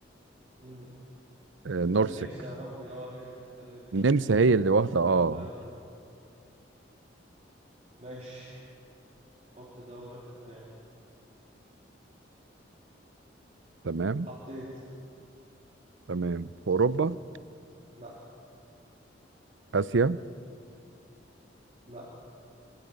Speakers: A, on the right (about 35°); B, on the right (about 80°).
A: مم.
B: آه، نورسك
A: ده النمسا يا ربي اه هي اللي بتتكلم
B: النمسا
A: ألماني
B: هي اللي واخده اه
A: كلها اه ماشي حط دولة في دماغي
B: تمام
A: حطيت
B: تمام في اوروبا
A: لا
B: اسيا
A: لا